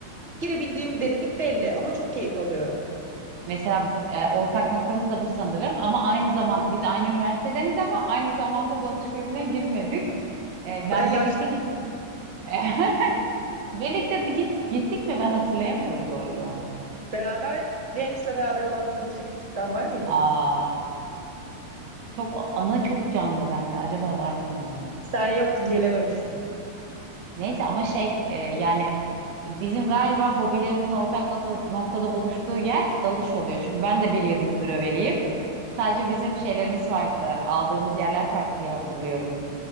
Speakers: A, on the right; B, on the right.
A: Girebildiğim derinlik belli ama çok keyif alıyorum.
B: Mesela e, ortak noktamız da bu sanırım ama aynı zaman biz aynı üniversitedeniz ama aynı zamanda dalış kulübüne girmedik. E, ben
A: Ben yaşlı
B: birlikte git <laughs> birlikte bir git gittik mi ben hatırlayamıyorum bu arada.
A: Beraber James'le beraber olan bir dalışa gittik. Sen var mıydın?
B: Aa, çok anı çok canlı bende. Acaba var mıydım ya?
A: Sen yoktun, gelememiştin.
B: Neyse ama şey e, yani bizim galiba hobilerimizin ortak nokta- noktada buluştuğu yer dalış oluyor. Çünkü ben de bir yıldız bröveliyim. Sadece bizim şeylerimiz farklı. Aldığımız yerler farklı diye hatırlıyorum.